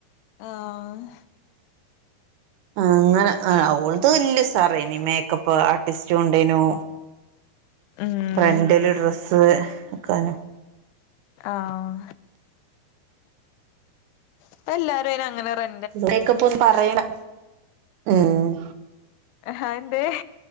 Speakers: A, on the left; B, on the right.
A: ആഹ്
B: ആഹ് അങ്ങനെ ഓൾത് വല്ല്യ ഉസാറേനി മേക്കപ്പ് ആർട്ടിസ്റ്റു ഉണ്ടേനു.
A: ഉം
B: റെന്റൽ ഡ്രസ്സ് ഒക്കാനു.
A: ആഹ്. ഇപ്പെല്ലാരും അയ്നങ്ങനെ റെ
B: മേക്കപ്പൊന്ന് പറയ്ണ ഉം
A: അഹെന്തേ.